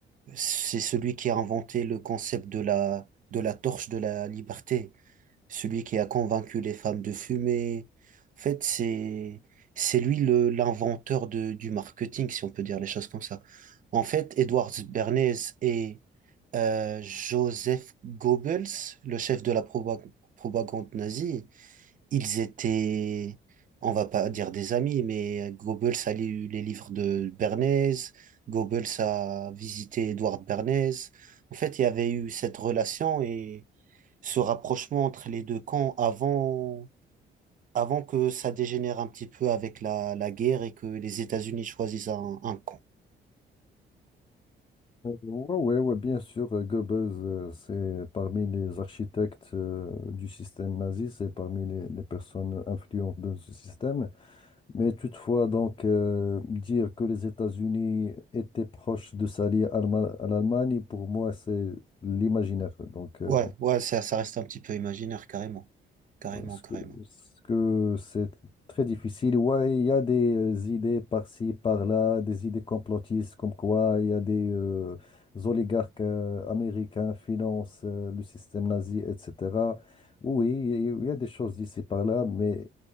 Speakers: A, on the right (about 40°); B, on the left (about 25°).
A: c'est celui qui a inventé le concept de la, de la torche de la liberté, celui qui a convaincu les femmes de fumer. En fait, c'est, c'est lui le, l'inventeur de, du marketing, si on peut dire les choses comme ça. En fait, Edward Bernays et euh, Joseph Goebbels, le chef de la propa- propagande nazie, ils étaient, on va pas dire des amis, mais Goebbels a lu les livres de Bernays, Goebbels a visité Edward Bernays. En fait, il y avait eu cette relation et ce rapprochement entre les deux camps avant, avant que ça dégénère un petit peu avec la, la guerre et que les États-Unis choisissent un, un camp.
B: Euh, Ouais, ouais, ouais, bien sûr, euh, Goebbels, euh, c'est parmi les architectes euh, du système nazi, c'est parmi les, les personnes influentes de ce système. Mais toutefois, donc, euh, dire que les États-Unis étaient proches de s'allier à l'Allema- à l'Allemagne, pour moi, c'est l'imaginaire. Donc, euh,
A: Ouais, ouais, ça, ça reste un petit peu imaginaire, carrément. Carrément,
B: Parce
A: carrément.
B: que, parce que c'est très difficile. Ouais, il y a des euh, idées par-ci, par-là, des idées complotistes, comme quoi il y a des euh, oligarques euh, américains financent euh, le système nazi, etc. Oui, il y a des choses d'ici par-là, mais